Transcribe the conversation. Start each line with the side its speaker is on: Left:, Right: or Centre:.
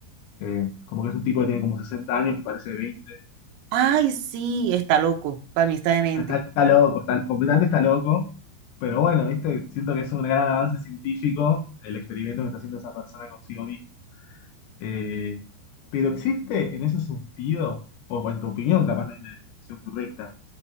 Left: eh, como que es un tipo que tiene como 60 años que parece veinte
Right: Ay, sí, está loco. Para mí está demente.
Left: Está, está loco, está, completamente está loco. Pero bueno, ¿viste? Siento que es un gran avance científico el experimento que está haciendo esa persona consigo misma. Eh, pero existe en ese sentido, o en tu opinión, capaz no hay una definición correcta,